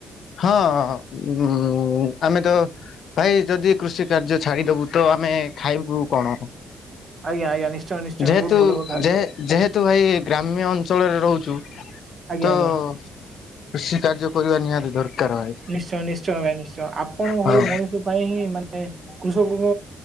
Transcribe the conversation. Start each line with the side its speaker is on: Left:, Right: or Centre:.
Left: ହଁ ହଁ, ଉମ୍ ଆମେ ତ ଭାଇ ଯଦି କୃଷି କାର୍ଯ୍ୟ ଛାଡିଦବୁ, ତ ଆମେ ଖାଇବୁ କଣ?
Right: ଆଜ୍ଞା ଆଜ୍ଞା ନିଶ୍ଚୟ ନିଶ୍ଚୟ
Left: ଯେହେତୁ
Right: ବହୁତ ଭଲ କଥା ଭାଇ
Left: ଯେ-ଯେହେତୁ ଭାଇ ଗ୍ରାମ୍ୟ ଅଞ୍ଚଳରେ ରହୁଛୁ ତ,
Right: ଆଜ୍ଞା
Left: କୃଷି
Right: ଆଜ୍ଞା
Left: କାର୍ଯ୍ୟ କରିବା ନିହାତି ଦରକାର ଭାଇ।
Right: ନିଶ୍ଚୟ ନିଶ୍ଚୟ ଭାଇ, ନିଶ୍ଚୟ। ଆପଣଙ୍କ
Left: ହଁ
Right: ଭଳି ମଣିଷ ପାଇଁ ହିଁ ମାନେ କୃଷକଙ୍କ